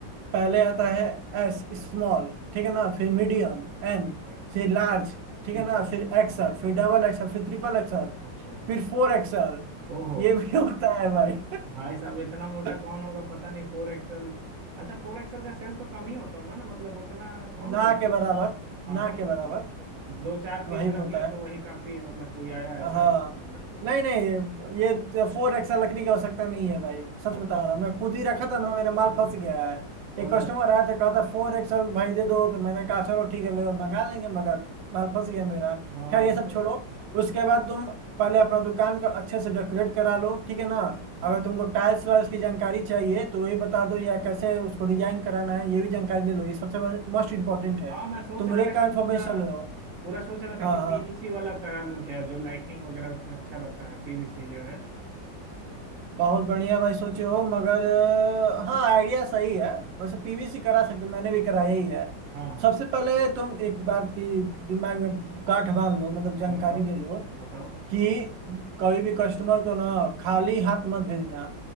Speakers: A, on the right (about 80°); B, on the right (about 55°).
A: पहले आता है एस स्मॉल ठीक है ना फिर मीडियम
B: ठीक है ठीक
A: एम
B: है
A: फिर लार्ज ठीक
B: ठीक
A: है ना
B: है
A: फिर एक्सएल
B: हाँ हाँ
A: फिर डबल एक्सएल फिर ट्रिपल एक्सएल
B: अच्छा
A: फिर फोर एक्सएल
B: ओहो
A: ये भी <laughs> होता है भाई
B: भाई साहब इतना मोटा
A: <laughs>
B: कौन होगा पता नहीं फोर एक्सएल अच्छा फोर एक्सएल का सेल तो कम ही होता होगा ना मतलब उतना कौन
A: ना
B: लेता
A: के
B: हो
A: बराबर
B: हाँ
A: ना के बराबर
B: दो चार पीस
A: वही
B: रख
A: होता
B: ले तो वही काफी है मतलब कोई आया
A: हाँ
B: ऐसा है, रख तो
A: नहीं नहीं ये फोर एक्स लकड़ी का आवश्यकता नहीं है भाई सच
B: अच्छा
A: बता रहा हूँ मैं
B: अच्छा
A: खुद ही रखा था ना मेरा
B: हम्म
A: माल फंस गया है एक
B: अरे
A: कस्टमर
B: भाई
A: आया था कहा था फोर एक्सएल भाई दे दो तो मैंने कहा चलो ठीक है ले लो, मंगा लेंगे मगर माल फंस गया मेरा
B: बाप
A: खैर ये सब
B: रे,
A: छोड़ो उसके बाद तुम पहले अपना दुकान का अच्छे से डेकोरेट करा लो ठीक है ना
B: ना
A: अगर तुमको टाइल्स वाइल्स की जानकारी चाहिए तो ये बता दो या कैसे उसको डिजाइन कराना है ये भी जानकारी ले लो ये सबसे मोस्ट इम्पोर्टेंट है
B: हाँ मैं सोच
A: तुम
B: रहा
A: रेट
B: था कि
A: का
B: पूरा
A: इन्फॉर्मेशन ले लो
B: पूरा सोच रहा था
A: हाँ
B: कि पीवीसी
A: हाँ।
B: वाला करा लूं क्या जो लाइटनिंग वगैरह उसमें अच्छा रहता है पीवीसी जो है
A: बहुत बढ़िया भाई सोचे हो मगर अ, हाँ आइडिया सही है वैसे पीवीसी करा सकते हो, मैंने भी कराया ही है
B: हाँ हाँ
A: सबसे पहले तुम एक बात की दिमाग में गांठ बांध लो मतलब जानकारी
B: हाँ बताओ
A: ले लो
B: बताओ
A: कि कभी भी कस्टमर को ना खाली हाथ मत भेजना